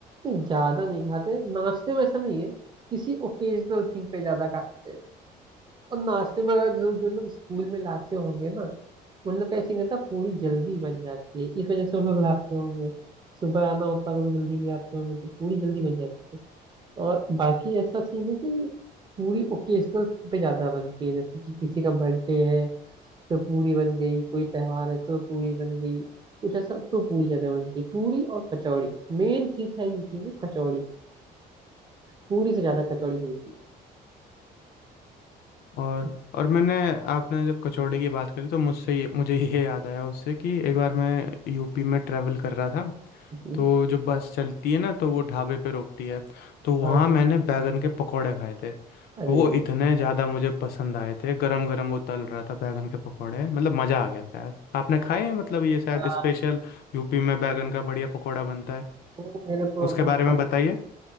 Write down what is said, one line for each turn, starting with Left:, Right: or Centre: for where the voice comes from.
Right: नहीं ज्यादा नहीं खाते नाश्ते में ऐसा नहीं है किसी ओकेजनल थिंग पे ज्यादा खाते हैं और नाश्ते में अगर जो जो लोग स्कूल में लाते होंगे ना उन लोग का ऐसी रहता है, पूरी जल्दी बन जाती है इस वजह से वो लोग लाते होंगे सुबह आना होता है, कभी जल्दी ले आते होंगे तो पूरी जल्दी बन जाती है और बाकी ऐसा सीन है कि पूरी ओकेजनल थिंग पे ज्यादा बनती है जैसे कि किसी का बर्थडे है तो पूरी बन गई कोई त्योहार है तो पूरी बन गई कुछ ऐसा तो पूरी ज्यादा बनती है पूरी और कचौड़ी मेन चीज है यूपी में कचौड़ी पूरी से ज्यादा कचौड़ी चलती
Left: और
Right: है
Left: और मैंने आपने जब कचौड़ी की बात करी तो मुझसे ये मुझे ये याद आया उससे कि एक बार मैं यूपी में ट्रैवल कर रहा था
Right: जी,
Left: तो जो बस चलती है ना तो वो ढाबे पे रोकती है तो वहाँ
Right: अ,
Left: मैंने बैगन के पकौड़े खाए थे तो
Right: अरे
Left: वो इतने ज़्यादा मुझे पसंद आए थे गरम गरम वो तल रहा था बैगन के पकौड़े मतलब मज़ा आ गया था यार आपने खाए हैं मतलब ये शायद
Right: हाँ,
Left: स्पेशल यूपी में बैगन का बढ़िया पकौड़ा बनता है
Right: वो मेरे को
Left: उसके
Right: बहुत
Left: बारे में
Right: पस-
Left: बताइए